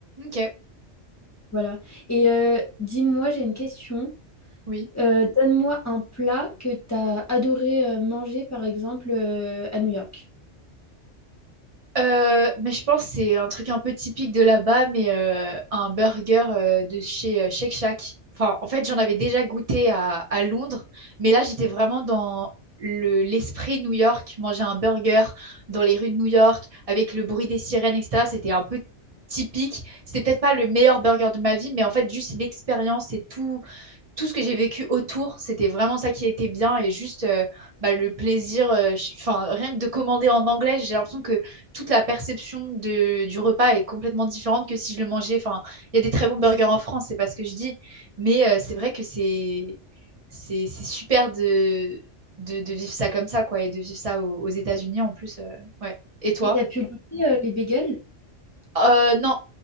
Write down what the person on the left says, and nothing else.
Voilà. Et euh, dis-moi, j'ai une question.
Euh, donne-moi un plat que tu as adoré euh, manger, par exemple, euh, à New York.
Vas-y.
Et tu as pu goûter euh, les bagels?